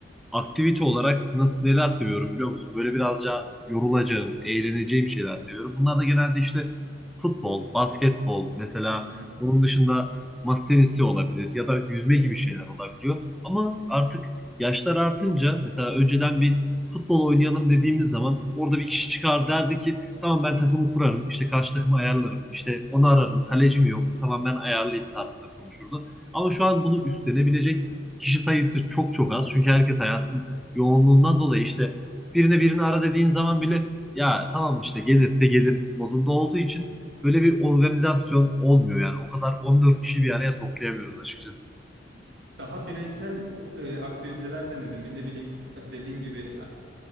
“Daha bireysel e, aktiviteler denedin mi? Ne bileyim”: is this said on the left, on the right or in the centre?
Right